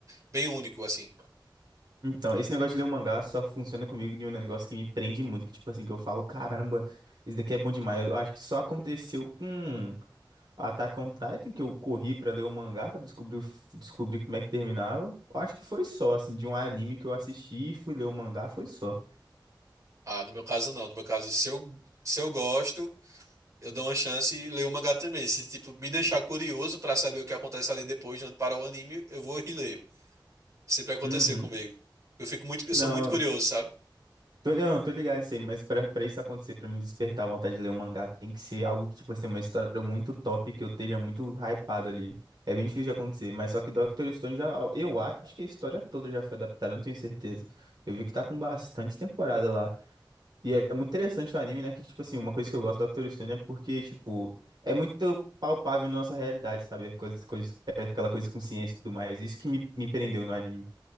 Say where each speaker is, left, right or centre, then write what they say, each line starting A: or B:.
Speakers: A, on the right; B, on the right.
A: bem único, assim.
B: Então, esse negócio de ler o mangá só funciona comigo de um negócio que me prende muito, que tipo assim, que eu falo, caramba, isso daqui é bom demais. Eu acho que só aconteceu com Attack on Titan, que eu corri pra ler o mangá pra descobrir, o f- descobrir como é que terminava. Eu acho que foi só, assim, de um anime que eu assisti e fui ler o mangá, foi só.
A: Ah, no meu caso, não. No meu caso, se eu, se eu gosto, eu dou uma chance e leio o mangá também. Se, tipo, me deixar curioso pra saber o que acontece ali depois, de onde para o anime, eu vou e leio. Sempre aconteceu
B: Uhum.
A: comigo. Eu fico muito, eu
B: Não,
A: sou muito curioso, sabe?
B: Tô, não, tô ligado nisso aí, mas pra, pra isso acontecer, pra me despertar a vontade de ler um mangá, tem que ser algo que, tipo assim, uma história muito top, que eu esteja muito hypado ali. É bem difícil de acontecer, mas só que Dr. Stone já, eu acho que a história toda já foi adaptada, eu não tenho certeza. Eu vi que tá com bastante temporada lá. E é muito interessante o anime, né? Que, tipo assim, uma coisa que eu gosto do Dr. Stone é porque, tipo, é muito palpável na nossa realidade, sabe? Coisas, coisas, é aquela coisa com ciência e tudo mais. Isso que me, me prendeu no anime.